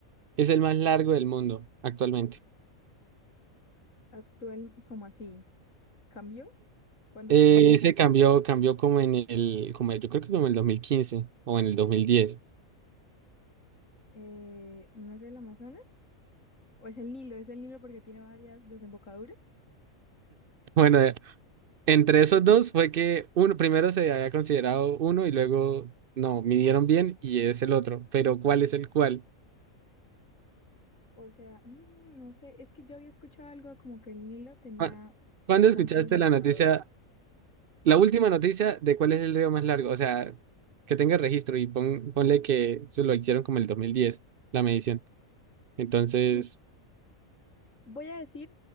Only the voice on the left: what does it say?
actual, ¿Cómo así? ¿Cambió? ¿Cuándo
cambió?
Eh, ¿no es el Amazonas? ¿O es el Nilo? ¿Es el Nilo porque tiene varias desembocaduras?
O sea, no, no no sé, es que yo había escuchado algo como que el Nilo tenía
bastantes
desembocaduras.
Hmm. Voy a decir